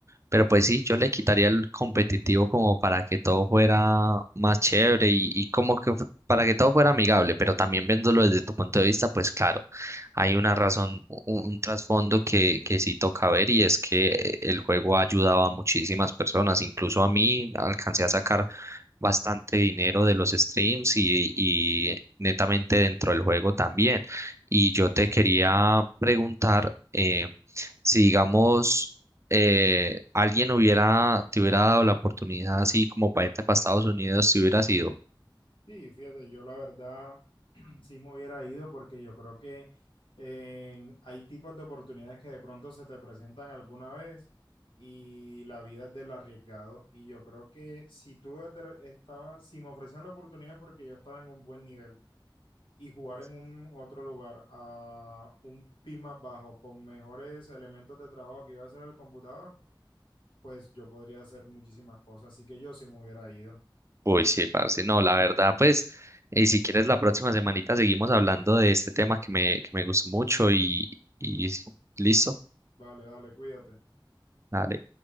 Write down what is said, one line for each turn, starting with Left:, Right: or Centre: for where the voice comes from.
Right: Pero pues sí, yo le quitaría el competitivo como para que todo fuera más chévere y, y como que fu- para que todo fuera amigable, pero también viéndolo desde tu punto de vista, pues claro, hay una razón, u- un, trasfondo que, que sí toca ver y es que eh, el juego ha ayudado a muchísimas personas, incluso a mí alcancé a sacar bastante dinero de los streams y, y netamente dentro del juego también. Y yo te quería preguntar... eh, si digamos eh, alguien hubiera, te hubiera dado la oportunidad así como para irte para Estados Unidos, te hubiera sido.
Left: Sí, fíjate, yo la verdad <clears throat> sí me hubiera ido porque yo creo que en- hay tipos de oportunidades que de pronto se te presentan alguna vez y la vida es del arriesgado. Y yo creo que si tú desde estabas, si me ofrecían la oportunidad es porque yo estaba en un buen nivel y jugar en un otro lugar a un PIB más bajo con mejores elementos de trabajo que iba a hacer el computador, pues yo podría hacer muchísimas cosas. Así que yo sí me hubiera ido.
Right: Uy, sí, parce, no, la verdad, pues, eh, si quieres la próxima semanita seguimos hablando de este tema que me, que me gustó mucho y, y sí, listo,
Left: Vale, dale, cuídate.
Right: dale.